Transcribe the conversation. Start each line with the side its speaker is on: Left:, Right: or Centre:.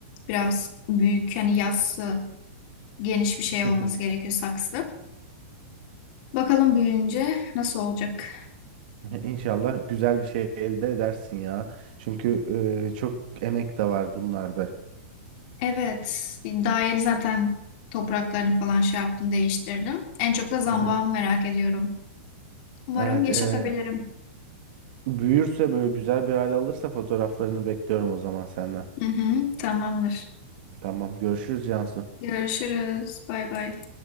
Left: Biraz büyük yani yassı geniş bir şey
Right: Hı
Left: olması
Right: hı.
Left: gerekiyor saksı. Bakalım büyüyünce nasıl olacak.
Right: <laughs> İnşallah güzel bir şey elde edersin ya. Çünkü e, çok emek de var bunlarda.
Left: Evet daha yeni zaten topraklarını falan şey yaptım değiştirdim. En çok da zambağımı
Right: Hı hı.
Left: merak ediyorum. Umarım
Right: Evet,
Left: yaşatabilirim.
Right: e, büyürse böyle güzel bir hale alırsa fotoğraflarını bekliyorum o zaman senden.
Left: Hı hı, tamamdır.
Right: Tamam, görüşürüz Cansu.
Left: Görüşürüz. Bay bay.